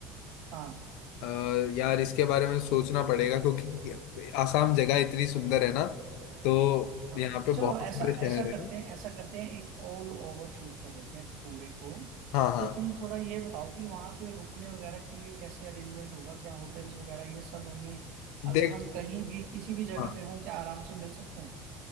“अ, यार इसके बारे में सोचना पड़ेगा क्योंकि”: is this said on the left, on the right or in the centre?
Left